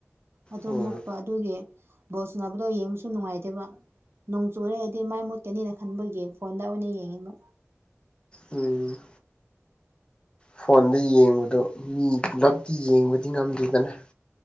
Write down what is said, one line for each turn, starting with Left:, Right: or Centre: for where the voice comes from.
Right: ꯑꯗꯨ
Left: ꯎꯝ
Right: ꯃꯨꯠꯄ ꯑꯗꯨꯒꯤ ꯕꯣꯁꯅꯕꯗꯣ ꯌꯦꯡꯕꯁꯨ ꯅꯨꯡꯉꯥꯏꯇꯦꯕ ꯅꯣꯡ ꯆꯨꯔꯦ ꯍꯥꯏꯗꯤ ꯃꯥꯏ ꯃꯨ ꯀꯅꯦꯅ ꯈꯟꯕꯒꯤ ꯐꯣꯟꯗ ꯑꯣꯏꯅ ꯌꯦꯡꯉꯦꯕ
Left: ꯎꯝ ꯐꯣꯟꯗ ꯌꯦꯡꯕꯗꯣ ꯃꯤ ꯄꯨꯂꯞꯇꯤ ꯌꯦꯡꯕꯗꯤ ꯉꯝꯗꯦꯗꯅ